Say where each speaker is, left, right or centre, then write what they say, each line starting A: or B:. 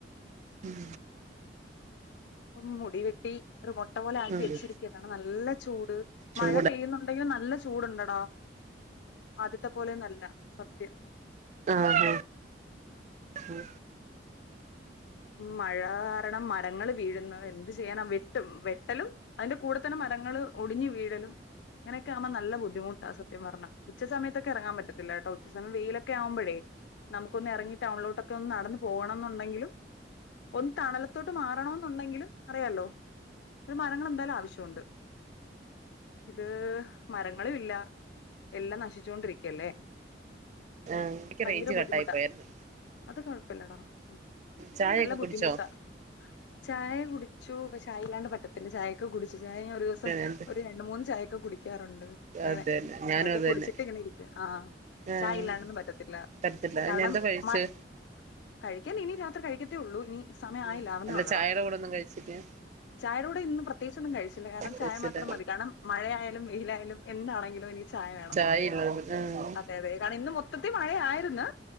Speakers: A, on the right; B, on the left.
A: ഉം.
B: ഇപ്പം മുടി വെട്ടി. ഒരു മൊട്ട പോലെ ആക്കി
A: ആഹ്
B: വെച്ചിരിക്കാണ് കാരണം നല്ല ചൂട്
A: ചൂട്
B: മഴ പെയ്യുന്നുണ്ടെങ്കിലും നല്ല ചു ചൂട്ണ്ടടാ ആദ്യത്തെ പോലെയൊന്നല്ല സത്യം
A: ആഹ് ആഹ്, <inaudible> ഹ്മ്മ്
B: മഴ കാരണം മരങ്ങള് വീഴുന്നു എന്ത് ചെയ്യാനാ വെട്ടും വെ ട്ടലും അയിന്റെ കൂടെത്തന്നെ മരങ്ങള് ഒടിഞ്ഞ് വീഴലും അങ്ങനൊക്കെ ആവുമ്പോ നല്ല ബുദ്ധിമുട്ട സത്യം പറഞ്ഞ ഉച്ചസമയത്തൊക്കെ എറങ്ങാൻപറ്റത്തില്ല കേട്ടോ ഉച്ചസമയം വെയിലൊക്കെ ആവുമ്പഴേ നമുക്കൊന്നെറങ്ങി ടൗണിലോട്ടൊക്കെ ഒന്ന് നടന്ന് പോണംന്നുണ്ടെങ്കിലും ഒന്ന് തണലത്തോട്ട് മാറണോന്നുണ്ടെങ്കിലും അറിയാലോ ഒര് മരങ്ങളെന്തായാലും ആവശ്യമുണ്ട്. ഇത് മരങ്ങളും ഇല്ല എല്ലാം നശിച്ചോണ്ടിരിക്കല്ലേ
A: ആഹ് എനിക്ക്
B: ഭയങ്കര
A: റേഞ്ച്
B: ബുദ്ധിമുട്ടാ
A: കട്ടായി പോയായിരുന്നു
B: അത് കൊഴപ്പല്ലടാ ഹ്മ്മ്
A: ചായയൊക്കെ
B: നല്ല
A: കുടിച്ചോ
B: ബുദ്ധിമുട്ടാ, ചായ കുടിച്ചു പക്ഷെ ചായല്ലാണ്ട് പറ്റ ത്തില്ല ചായൊക്കെ കുടിചു, ചായ ഞാൻ ഒര് ദിവസം
A: എന്ത്
B: ഒര് രണ്ട് മൂന്ന് ചായക്കെ കുടിക്കാറുണ്ട് എങ്ങനെ
A: അതന്നെ ഞാനും
B: ചായൊക്കെ
A: അത്
B: കുടിച്ചിട്ട്
A: തന്നെ
B: ഇങ്ങനെ ഇരിക്ക ആഹ്
A: ആഹ്
B: ചായ ഇല്ലാണ്ടൊന്നും പറ്റത്തില്ല.
A: പറ്റത്തില്ല അയിനെന്താ
B: കാരണം
A: കഴ്ച്ചേ
B: മ കഴിക്കാൻ ഇനി രാത്രി കഴിക്കത്തേ ഒള്ളൂ ഇനി സമയം
A: ല്ലാ,
B: ആയില്ല ആവുന്നേ
A: അല്ല
B: ഉള്ളടാ
A: ചായയുടെ കൂടൊന്നും കഴ്ച്ചില്ല
B: ചായയുടെ കൂടെ ഇന്നും പ്രത്യേകിച്ചൊന്നും കഴിച്ചില്ല കാരണം
A: കഴിച്ചില്ല
B: ചായ മാത്രം മതി കാരണം മഴയാലും വെയിലായാലും എന്താണെങ്കിലും എനിക്ക് ചായ വേണം
A: ചായയില്ലായിരുന്നു
B: അതെ അതെ അതാണ് ഇന്ന് മു മൊത്തത്തി മഴയായിര്ന്ന്